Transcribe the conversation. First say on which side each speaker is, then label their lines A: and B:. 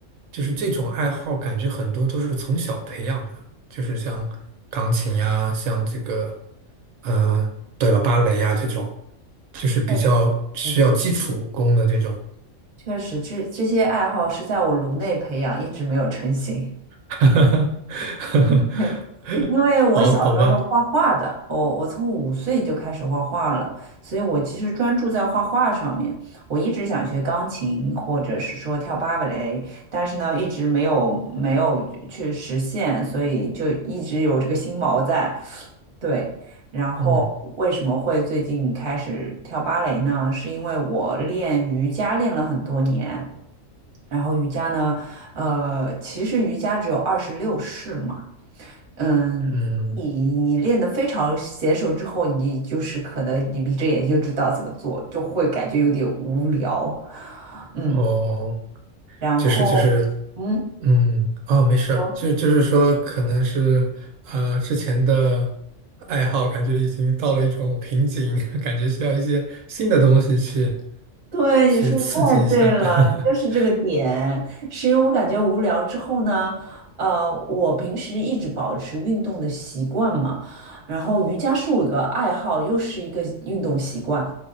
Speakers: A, on the right; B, on the right.
A: 就是这种爱好，感觉很多都是从小培养的，就是像钢琴呀，像这个。嗯，对吧？芭蕾呀，这种，就是比较需要基础功的这种。
B: 确实，确实这这些爱好是在我颅内培养，一直没有成型。
A: <laughs>
B: <laughs> 因为我小时候是画画的，
A: 好好吧，
B: 我我从五岁就开始画画了，所以我其实专注在画画上面。我一直想学钢琴，或者是说跳芭蕾，但是呢，一直没有没有去实现，所以就一直有这个心锚在。对，然后为什么会最近开始跳芭蕾呢？
A: 嗯
B: 是因为我练瑜伽练了很多年。然后瑜伽呢，呃，其实瑜伽只有二十六式嘛，嗯，
A: 嗯，
B: 你你练得非常娴熟之后，你就是可能你闭着眼睛就知道怎么做，就会感觉有点无聊。嗯，
A: 哦，
B: 然后嗯。
A: 就是就是，嗯，哦，没事儿就就是说，
B: 说
A: 可能是呃之前的爱好，感觉已经到了一种瓶颈，<laughs> 感觉需要一些新的东西去
B: 对，
A: 去刺激一下。
B: 你说的太对了，
A: <laughs>
B: 就是这个点，是因为我感觉无聊之后呢，呃，我平时一直保持运动的习惯嘛，然后瑜伽是我一个爱好，又是一个运动习惯，